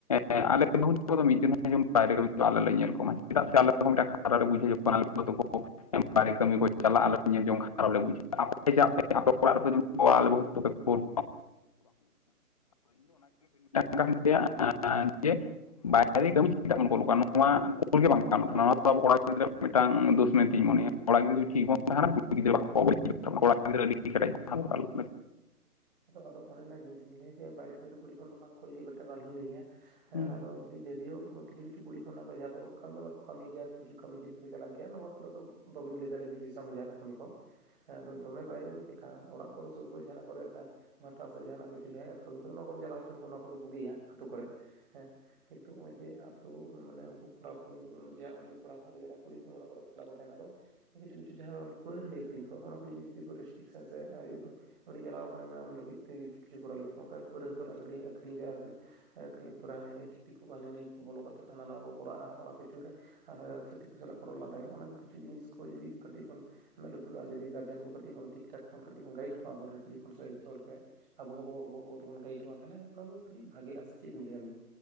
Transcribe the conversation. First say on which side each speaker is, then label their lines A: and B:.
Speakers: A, on the left (about 25°); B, on the right (about 35°).
A: ᱥᱮ ᱟᱞᱮ᱾ <unintelligible> ᱮ ᱵᱟᱭᱨᱮ ᱠᱟᱹᱢᱤ ᱠᱚ ᱪᱟᱞᱟᱜ ᱟᱞᱮ ᱧᱮᱞ ᱡᱚᱝ ᱠᱷᱟᱱ ᱠᱷᱟᱨᱟᱵᱽ ᱞᱮ ᱵᱩᱡᱷᱟᱹᱣᱟ <unintelligible> ᱠᱚᱣᱟ ᱟᱞᱮ ᱵᱟᱦᱩ ᱛᱟᱠᱚ ᱠᱳᱞ ᱠᱚᱢ <unintelligible> <unintelligible> ᱵᱟᱭᱨᱮ ᱠᱟᱹᱢᱤ ᱪᱮᱫᱟᱜ ᱵᱚᱱ ᱠᱳᱞ ᱠᱚᱣᱟ ᱱᱚᱣᱟ ᱠᱳᱩᱞᱜᱮ ᱵᱟᱝ ᱜᱟᱱᱚᱜ ᱱᱚᱣᱟ ᱫᱚ ᱟᱵᱚ ᱠᱚᱲᱟ ᱜᱤᱫᱽᱨᱟᱹ ᱢᱤᱫᱴᱟᱝ ᱢᱮᱱᱛᱤᱧ ᱢᱚᱱᱮᱭᱟ
B: ᱦᱩᱸ
A: ᱠᱚᱲᱟ ᱜᱤᱫᱽᱨᱟᱹ ᱴᱷᱤᱠ ᱵᱚᱱ
B: ᱦᱩᱸ
A: ᱛᱟᱦᱮᱸᱱᱟ ᱠᱩᱲᱤ ᱜᱤᱫᱽᱹᱲᱟ ᱜᱤᱫᱽᱨᱟᱹ ᱟᱹᱰᱤ ᱫᱚ <unintelligible>
B: ᱟᱫᱚ ᱟᱫᱚ ᱚᱱᱮ ᱨᱮᱱᱟᱜ ᱡᱤᱱᱤᱥ ᱜᱮᱞᱤᱧ ᱞᱟᱹᱭᱟ ᱡᱮ ᱵᱟᱭᱨᱮ ᱠᱚᱢᱤ ᱫᱚ ᱠᱩᱲᱤ ᱦᱚᱯᱚᱱ ᱫᱚ ᱵᱟᱝ ᱠᱳᱞ ᱜᱮ ᱵᱮᱴᱟᱨ ᱟᱞᱤᱧ ᱦᱚᱸᱞᱤᱧ ᱞᱟᱹᱭᱟᱸ ᱦᱮᱸ
A: ᱦᱩᱸ
B: ᱟᱫᱚ ᱡᱳᱫᱤᱭᱳ ᱠᱤᱪᱷᱩ ᱠᱤᱪᱷᱩ ᱠᱩᱲᱤ ᱦᱚᱯᱚᱱ ᱢᱮᱱᱟᱜ ᱠᱚ ᱡᱟᱦᱟᱸ ᱫᱚ ᱠᱷᱟᱱ ᱫᱚᱢᱮ ᱠᱚ ᱠᱟᱹᱢᱤ ᱜᱮᱭᱟ ᱟᱨ ᱠᱤᱪᱷᱩ ᱠᱟᱹᱢᱤ ᱡᱮᱦᱮᱸᱛᱩ ᱠᱚ ᱪᱟᱞᱟᱜ ᱜᱮᱭᱟ ᱱᱚᱣᱟ ᱠᱚᱫᱚ᱾ ᱟᱫᱚ ᱵᱤᱱ ᱞᱟᱹᱭ ᱫᱟᱲᱮ-ᱟ ᱡᱩᱫᱤ ᱥᱟᱢ ᱢᱮ ᱡᱟᱦᱟᱱᱟᱜ ᱠᱟᱹᱢᱤ ᱠᱚ᱾ ᱦᱮᱸ ᱟᱫᱚ ᱫᱚᱢᱮ ᱵᱟᱭᱨᱮ ᱢᱟᱱᱮ ᱪᱮᱫᱠᱟ-ᱟ ᱚᱲᱟᱜ ᱠᱚᱨᱮ ᱥᱩᱨ ᱠᱚᱨᱮ ᱡᱟᱦᱟᱸᱱᱟᱜ ᱠᱚᱨᱮ ᱚᱱᱟ ᱵᱷᱟᱴᱟ ᱥᱮ ᱡᱟᱦᱟᱱᱟᱜ ᱠᱤᱪᱷᱩ ᱡᱟᱦᱟᱸᱭᱟᱜ ᱠᱟᱹᱢᱤ ᱠᱚ ᱱᱚᱣᱟ ᱠᱚᱫᱚ ᱪᱟᱞᱟᱣ ᱦᱚᱪᱚᱱ ᱠᱚ ᱱᱚᱣᱟ ᱠᱚᱫᱚ ᱵᱩᱜᱤᱭᱟ ᱟᱹᱛᱩ ᱠᱚᱨᱮᱜ ᱦᱮᱸ᱾ ᱠᱤᱱᱛᱩ ᱱᱚᱜ-ᱚᱭ ᱡᱮ ᱟᱹᱛᱩ ᱢᱟᱱᱮ ᱩᱱᱠᱩ ᱠᱚᱲᱟ ᱦᱚᱯᱚᱱ ᱡᱮ ᱠᱚᱲᱟ ᱦᱚᱯᱚᱱ ᱠᱚ ᱪᱟ ᱠᱟᱱᱟ ᱠᱩᱲᱤ ᱦᱚᱯᱚᱱ ᱚᱲᱟᱜ ᱠᱚᱨᱮ ᱮᱠᱞᱟ ᱠᱚ ᱛᱟᱦᱮᱸᱱᱟ ᱟᱫᱚ ᱠᱤᱪᱷᱩ ᱠᱤᱪᱷᱩ ᱡᱟᱦᱟᱸ ᱯᱟᱹᱨᱩᱣᱟᱹ ᱦᱟᱺᱰᱤ ᱟᱹᱠᱷᱨᱤᱧ ᱠᱚ ᱚᱱᱟ ᱠᱚ ᱡᱤᱱᱤᱥ ᱡᱩᱫᱤ ᱠᱚ ᱨᱮᱥᱴᱨᱤᱠᱥᱟ ᱥᱮ ᱟᱭᱩ ᱩᱱᱤ ᱪᱟᱞᱟᱣ <unintelligible> ᱞᱟᱹᱜᱤᱫ ᱛᱮ ᱠᱤᱪᱷᱩ ᱠᱤᱪᱷᱩ ᱠᱚᱨᱟᱣ ᱞᱟᱹᱜᱤᱫ ᱚᱱᱠᱟ ᱯᱟᱹᱣᱨᱟᱹ ᱠᱚ ᱟᱣᱨᱤ ᱟᱹᱠᱷᱨᱤᱧ ᱨᱮ ᱟᱨᱠᱤ᱾ ᱟᱹᱠᱷᱨᱤᱧ ᱛᱚᱨᱟ ᱦᱟᱹᱱᱤ ᱱᱟᱹᱭ ᱪᱷᱟᱹᱛᱤᱠ ᱠᱚ ᱦᱟᱹᱱᱤ ᱱᱟᱹᱭ ᱠᱚ ᱵᱚᱞᱚ ᱠᱟᱛᱮᱜ ᱦᱟᱱᱟ ᱱᱟᱣᱟ ᱠᱚᱨᱟᱣᱟᱜ-ᱟ ᱚᱱᱟ ᱠᱤᱪᱷᱩ ᱨᱮ ᱟᱨ ᱪᱷᱟᱹᱛᱤᱠ ᱠᱚ ᱥᱟᱞᱟᱜ ᱠᱚ ᱨᱚᱲ ᱞᱟᱸᱱᱫᱟᱭᱟ ᱚᱱᱟ ᱠᱚ ᱠᱤᱪᱷᱩ ᱡᱤᱱᱤᱥ ᱠᱚ ᱡᱩᱫᱤ ᱠᱟᱹᱴᱤᱡ ᱵᱚᱱ ᱢᱮᱫᱽ ᱞᱩᱛᱩᱨᱟᱜ-ᱟ ᱡᱩᱫᱤ ᱜᱟᱨᱡᱮᱱ ᱠᱚ ᱠᱟᱹᱴᱤᱡᱽ ᱴᱷᱤᱠ ᱴᱷᱟᱠ ᱠᱟᱹᱴᱤᱡ ᱵᱚᱱ ᱜᱟᱭᱤᱰ ᱠᱚᱣᱟ ᱟᱵᱚᱨᱮᱱ ᱠᱩᱲᱤ᱾ ᱥᱮ ᱡᱷᱛᱚ ᱦᱚᱲᱜ ᱜᱮ ᱟᱵᱚ ᱦᱚᱸ ᱵᱚ ᱟᱵᱚ ᱟᱵᱚ ᱛᱮᱵᱚᱱ ᱜᱟᱭᱤᱰᱚᱜ-ᱟ ᱛᱟᱦᱚᱸᱞᱮ ᱚᱱᱟ ᱠᱚ ᱠᱟᱹᱴᱤᱡ ᱵᱷᱟᱜᱮᱜ-ᱟ ᱥᱮ ᱪᱮᱫ ᱵᱤᱱ ᱞᱟᱹᱭᱟ ᱵᱤᱱ᱾